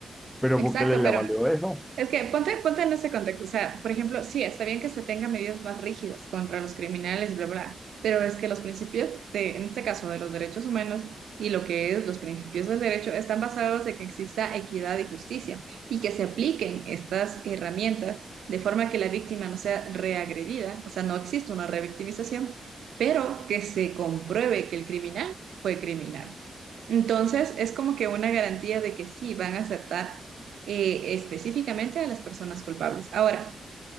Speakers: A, in the centre; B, on the right (about 85°).
A: pero
B: Exacto,
A: ¿por qué le, le
B: pero
A: valió eso?
B: Es que ponte, ponte en ese contexto. O sea, por ejemplo, sí, está bien que se tengan medidas más rígidas contra los criminales, bla, bla, pero es que los principios de, en este caso, de los derechos humanos y lo que es los principios del derecho están basados en que exista equidad y justicia y que se apliquen estas herramientas de forma que la víctima no sea reagredida, o sea, no existe una revictimización, pero que se compruebe que el criminal fue criminal. Entonces, es como que una garantía de que sí van a aceptar eh, específicamente a las personas culpables. Ahora,